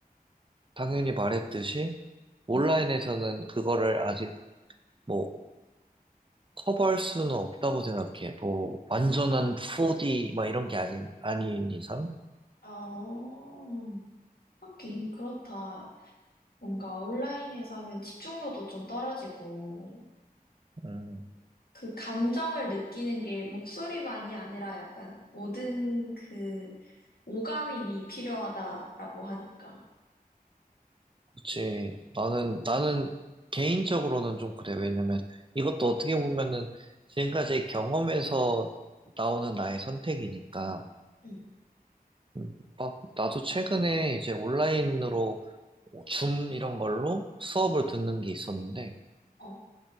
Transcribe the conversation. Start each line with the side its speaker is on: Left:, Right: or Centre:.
Right: 당연히 말했듯이 온라인에서는
Left: 응.
Right: 그거를 아직 뭐 커버할 수는 없다고 생각해. 뭐 완전한 4D 막 이런 게 아닌 아닌 이상.
Left: 어, 하긴 그렇다. 뭔가 온라인에서 하면 집중도도 좀 떨어지고,
Right: 음,
Left: 그 감정을 느끼는 게 목소리만이 아니라 약간 모든 그 오감이 필요하다라고 하니까.
Right: 그지 나는 나는 개인적으로는 좀 그래. 왜냐면 이것도 어떻게 보면은 지금까지의 경험에서 나오는 나의 선택이니까.
Left: 응,
Right: 음, 막 나도 최근에 이제 온라인으로 줌 이런 걸로 수업을 듣는 게 있었는데.
Left: 어,